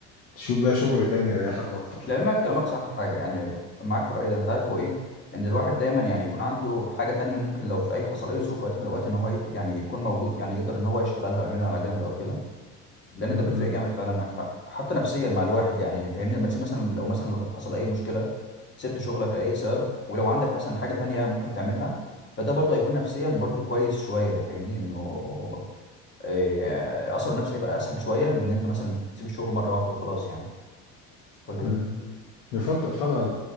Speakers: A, on the left; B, on the left.
A: تشوف بقى شغل تاني يريحك اكتر
B: لعلمك كلامك صح في حاجه يعني معاك في الراي ده انت عارف هو ايه ان الواحد دايما يعني يكون عنده حاجه تانية ممكن لو في اي حصل اي ظروف وقت من الاوقات ان هو يبد- يعني يكون موجود يعني يقدر ان هو يشتغلها ويعملها على جنب او كده لان
A: مم.
B: ده بيفرق جامد فعلا معاك حق حتى نفسيا مع الواحد يعني فاهمني لما تسيب مثلا لو مثلا حصل اي مشكله سبت شغلك اي سبب ولو عندك مثلا حاجه تانية ممكن تعملها فده برضه هيكون نفسيا برضه كويس شويه فاهمني انه آه، اثره النفسي هيبقى اسهل شويه من ان انت مثلا تسيب الشغل مره واحده وخلاص يعني ولا
A: مم.
B: ايه
A: يفضل طبعا